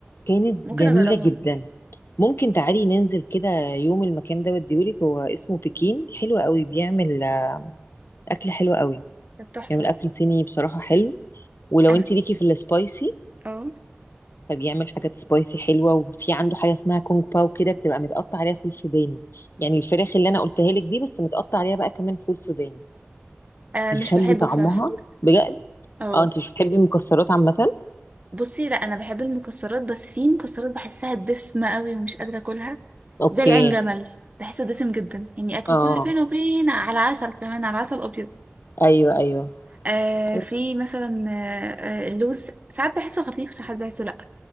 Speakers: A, on the left; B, on the right.
A: كانت
B: ممكن
A: جميلة
B: أجربها
A: جدا ممكن تعالي ننزل كده يوم المكان ده وديهولك هو اسمه بكين حلو قوي بيعمل آه، اكل حلو قوي
B: كانت تحفة
A: بيعمل اكل صيني بصراحة حلو ولو
B: أنا
A: انت ليكي في السبايسي
B: أو
A: فبيعمل حاجات سبايسي حلوه وفي عنده حاجه اسمها كونج باو كده بتبقى متقطع عليها فول سوداني يعني الفراخ اللي انا قلتها لك دي بس متقطع عليها بقى كمان فول سوداني
B: آه
A: بيخلي
B: مش بحبه
A: طعمها
B: بصراحة
A: بجد
B: أو
A: اه انت مش بتحبي المكسرات عامه
B: بصي لا أنا بحب المكسرات بس في مكسرات بحسها دسمة قوي ومش قادرة أكلها
A: اوكي
B: زي العين جمل بحسه دسم جدا يعني أكله
A: اه
B: كل فين وفين على عسل كمان على عسل أبيض
A: ايوه ايوه
B: آه
A: أيوة.
B: في مثلا آه آه، اللوز ساعات بحسه خفيف وساعات بحسه لأ